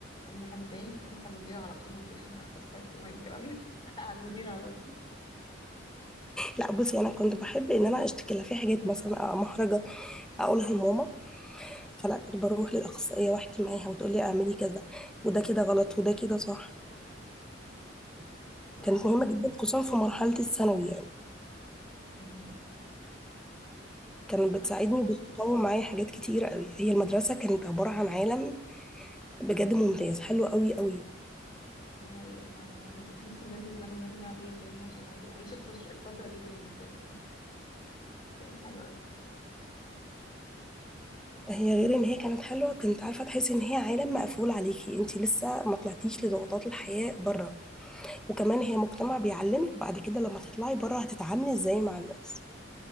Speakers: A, on the left; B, in the centre.
A: اي حد تاني كنت اروح على المدير على طول معلش انا اخصائي اجتماعي الكلام ده <laughs> على المدير على طول
B: لا بصي انا كنت بحب ان انا اشتكي لها في حاجات مثلا محرجه اقولها لماما فلا كنت بروح للاخصائيه واحكي معاها وتقول لي اعملي كذا وده كده غلط وده كده صح
A: حاجه
B: كانت
A: حلوه
B: مهمه جدا خصوصا في مرحله الثانوي يعني
A: امم
B: كانت
A: ف-
B: بتساعدني وبتطور معايا حاجات كتيره قوي هي المدرسه كانت عباره عن عالم بجد ممتاز حلو قوي قوي
A: دي حقيقه فعلا والله نفسي بجد الزمن يرجع بيا تاني عشان أعيد- اعيش الفتره الفتره دي تاني بجد كانت ايام حلوه أوي.
B: هي غير ان هي كانت حلوه كنت عارفه تحسي ان هي عالم مقفول عليكي انت لسه ما طلعتيش
A: أمم.
B: لضغوطات الحياه بره وكمان
A: أمم.
B: هي مجتمع بيعلمك بعد كده لما تطلعي بره هتتعاملي ازاي مع الناس